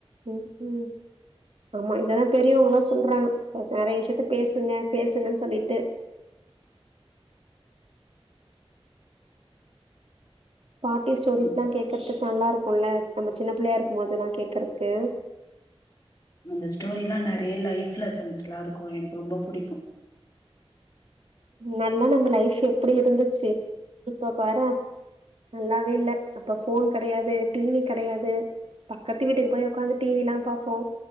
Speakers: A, on the right; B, on the left.
A: ம் ம் ஆமா இத தா பெரியவங்ளா சொல்றாங்க நெறைய விஷியத்த பேசுங்க பேசுங்கன் சொல்லிட்டு பாட்டி ஸ்டோரிஸ்லா
B: ம்.
A: கேக்கறதுக் நல்லா இருக்குல்ல நம்ம சின்ன பிள்ளையா இருக்கு போதெல்லா கேக்கறக்கு
B: அந்த ஸ்டோரிலா நெறைய லைப் லெசன்ஸ்லா இருக்கு எனக்கு ரொம்ப புடிக்கு
A: நல்லா நம்ம லைஃப் எப்டி இருந்துச்சி இப்ப பாரே நல்லாவே இல்ல அப்ப ஃபோன் கெடையாது டிவி கெடையாது பக்கத்து வீட்டுக்கு போய் உக்காந்து டிவி லா பாப்போ